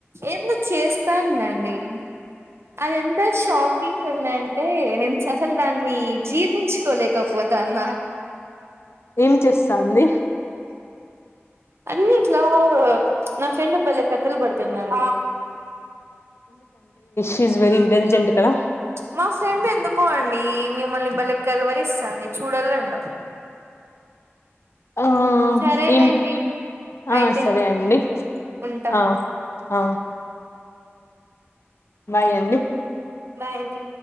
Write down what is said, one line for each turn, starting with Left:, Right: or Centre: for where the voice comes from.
Right: ఎందొ చేస్తాందండి అది ఎంత షాక్ కింగ్ ఉందంటే నేను అసలు దాన్ని జీర్ణించుకోలేకపోతాన్న
Left: ఏం చేస్తాంది
Right: అన్ని ఇట్లా నా ఫ్రెండ్ బలే కథలు బడుతుందండి
Left: ఇస్ వెరీ ఇంటెలిజెంట్ కదా
Right: మా ఫ్రెండ్ ఎందుకో అండి మిమ్మల్ని బలె కలవరిస్తాండి చూడాలంటా
Left: ఆ
Right: సరేలేండి
Left: ఏం ఆ
Right: అయితే
Left: సరే అండి
Right: ఉంటా
Left: ఆ ఆ బాయ్ అండి
Right: బాయ్ అండి